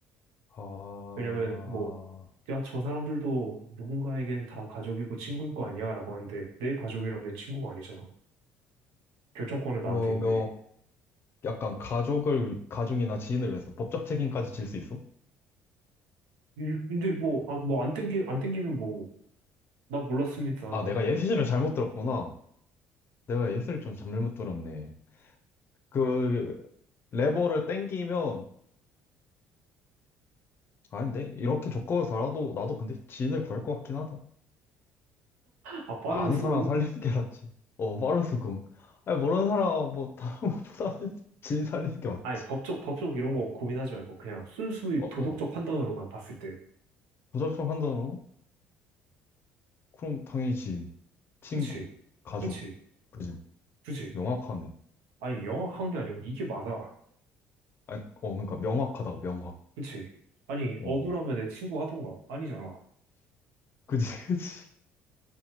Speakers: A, on the left; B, on the right.
A: 아,
B: 왜냐면 뭐 야, 저 사람들도 누군가에겐 다 가족이고 친구일 거 아니야? 라고 하는데 내 가족이랑 내 친구가 아니잖아. 결정권은 나한테
A: 그러면
B: 있는데.
A: 약간 가족을, 가족이나 지인을 위해서 법적 책임까지 질 수 있어?
B: 이- 근데 뭐, 아, 뭐안 땡기, 안 땡기면 뭐, 나 몰랐습니다.
A: 아, 내가 예시를 잘못 들었구나. 내가 예시를 좀 잘못 들었네. 그 레버를 땡기면 아닌데 이렇게 조건을 달아도 나도 근데 지인을 구할 것 같긴 하다.
B: 아, 빠른
A: 그러니까 아는
B: 수긍?
A: 사람 살리는 게 낫지. 어 빠른 수긍. 아니 모르는 사람 뭐 다른 것보다는 <laughs> 지인 살리는 게 맞지.
B: 아니, 법적, 법적 이런 거 고민하지 말고 그냥 순수히
A: 어어.
B: 도덕적 판단으로만 봤을 때.
A: 조작적 판단으로 그럼 당연히 지인, 친구,
B: 그치,
A: 가족.
B: 그치,
A: 그지?
B: 그치.
A: 명확하네.
B: 아니, 영악한 게 아니고 이게 맞아.
A: 아니 어 그러니까 명확하다고 명확.
B: 그치? 아니,
A: 어
B: 억울하면 내 친구 하던가. 아니잖아.
A: 그지 <laughs> 그지.